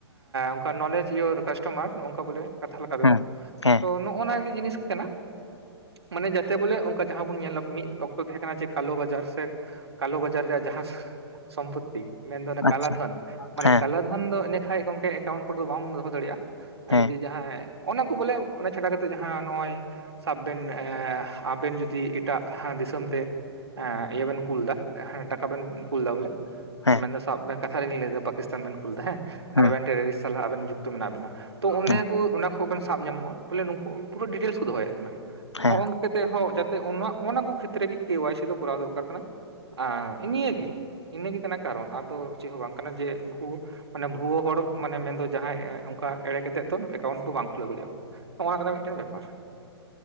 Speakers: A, on the right; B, on the left.
A: ᱚᱝᱠᱟ ᱱᱚᱞᱮᱡ ᱤᱭᱳᱨ ᱠᱟᱥᱴᱚᱢᱟᱨ ᱱᱚᱜᱼᱚᱝᱠᱟ ᱵᱚᱞᱮ᱾ ᱠᱟᱛᱷᱟ ᱞᱮᱠᱟ ᱛᱮᱫᱚ
B: ᱦᱮᱸ ᱦᱮᱸ
A: ᱛᱚ ᱱᱚᱜᱼᱚᱱᱟ ᱜᱮ ᱡᱤᱱᱤᱥ ᱜᱮ ᱠᱟᱱᱟ᱾ ᱢᱟᱱᱮ ᱡᱟᱛᱮ ᱵᱚᱞᱮ ᱚᱝᱠᱟ ᱡᱟᱦᱟᱸ ᱵᱚᱱ ᱧᱮᱞ ᱢᱤᱫ ᱚᱠᱛᱚ ᱛᱟᱦᱮᱸ ᱠᱟᱱᱟ ᱡᱮ ᱠᱟᱞᱳ ᱵᱟᱡᱟᱨ ᱥᱮ ᱠᱟᱞᱳ ᱵᱟᱡᱟᱨ ᱨᱮᱭᱟᱜ ᱡᱟᱦᱟᱸ ᱥᱚᱢᱯᱚᱛ ᱢᱮᱱᱫᱚ ᱚᱱᱟ
B: ᱟᱪᱪᱷᱟ
A: ᱠᱟᱞᱟᱫᱷᱚᱱ ᱢᱟᱱᱮ
B: ᱦᱮᱸ
A: ᱠᱟᱞᱟᱫᱷᱚᱱ ᱫᱚ ᱤᱱᱹ ᱠᱷᱟᱱᱡ ᱜᱚᱝᱠᱮ ᱮᱠᱟᱣᱩᱱᱴ ᱠᱚᱨᱮᱫᱚ ᱵᱟᱢ ᱫᱚᱦᱚ ᱫᱟᱲᱮᱭᱟᱜᱼᱟ᱾ ᱟᱨ
B: ᱦᱮᱸ
A: ᱡᱩᱫᱤ ᱡᱟᱦᱟᱸ ᱚᱱᱟ ᱠᱚ ᱵᱚᱞᱮ ᱚᱱᱟ ᱪᱷᱟᱰᱟ ᱠᱟᱛᱮᱜ ᱡᱟᱦᱟᱸ ᱱᱚᱜᱼᱚᱭ ᱥᱟᱵᱵᱮᱱ ᱟᱵᱮᱱ ᱡᱩᱫᱤ ᱮᱴᱟᱜ ᱫᱤᱥᱚᱢ ᱛᱮ ᱮᱸ ᱤᱭᱟᱹ ᱵᱮᱱ ᱠᱩᱞ ᱫᱟ ᱦᱮᱸ ᱴᱟᱠᱟ ᱵᱮᱱ ᱠᱩᱞ ᱫᱟ ᱵᱚᱞᱮ᱾
B: ᱦᱮᱸ
A: ᱢᱮᱱ ᱫᱚ ᱥᱟᱵ ᱠᱟᱛᱷᱟ ᱨᱮᱜᱤᱧ ᱞᱟᱹᱭᱫᱟ ᱯᱟᱠᱤᱥᱛᱟᱱ ᱵᱮᱱ ᱠᱩᱞ ᱮᱫᱟ ᱦᱮᱸ
B: ᱦᱩᱸ
A: ᱟᱨ ᱟᱵᱮᱱ ᱴᱮᱮᱨᱟᱨᱤᱥᱴ ᱥᱟᱞ ᱟᱮᱱ ᱡᱩᱠ ᱢᱮᱱᱟᱜ ᱵᱮᱱᱟ ᱛᱚ ᱚᱸᱰᱮ
B: ᱦᱩᱸ
A: ᱚᱱᱟ ᱠᱚ ᱥᱟᱵ ᱧᱟᱢᱚᱜᱼᱟ ᱵᱚᱞᱮ ᱱᱩᱠᱩ ᱯᱩᱨᱟᱹ ᱰᱤᱴᱮᱞᱥ ᱠᱚ ᱫᱚᱦᱚᱭᱮᱫ ᱠᱟᱱᱟ᱾
B: ᱦᱮᱸ
A: ᱦᱚᱝᱼ ᱱᱚᱝᱠᱟ ᱠᱟᱛᱮᱫ ᱦᱚᱸ ᱡᱟᱛᱮᱜ ᱚᱱᱟ ᱠᱚ ᱠᱷᱮᱛ ᱨᱮᱜᱮ ᱠᱮ ᱣᱟᱭᱥᱤ ᱫᱚ ᱠᱚᱨᱟᱣ ᱫᱚᱨᱠᱟᱨ ᱠᱟᱱᱟ᱾ ᱟ ᱱᱤᱭᱟᱹᱜᱮ ᱤᱱᱟᱹᱜᱮ ᱠᱟᱱᱟ ᱠᱟᱨᱚᱱ ᱟᱫᱚ ᱪᱮ ᱦᱚᱸ ᱵᱟᱝ ᱠᱟᱱᱟ ᱡᱮ ᱵᱷᱩ ᱢᱟᱱᱮ ᱵᱷᱩᱣᱟᱹ ᱦᱚᱲ ᱢᱟᱱᱮ ᱢᱮᱱᱫᱚ ᱡᱟᱦᱟᱸᱭ ᱚᱱᱠᱟ ᱮᱲᱮ ᱠᱟᱛᱮ ᱮᱫ ᱛᱚ ᱮᱠᱟᱣᱩᱱᱴ ᱫᱚ ᱵᱟᱢ ᱠᱷᱩᱞᱟᱹᱣ ᱫᱟᱲᱮᱭᱟᱜᱼᱟ᱾ ᱱᱚᱣᱟ ᱨᱮᱱᱟᱜ ᱢᱤᱫᱴᱮᱱ ᱵᱮᱯᱟᱨ᱾